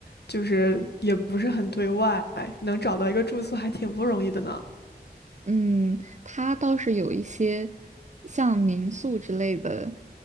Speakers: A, on the left (about 75°); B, on the right (about 45°).
A: 就是也不是很对外，能找到一个住宿还挺不容易的呢。
B: 嗯，它倒是有一些像民宿之类的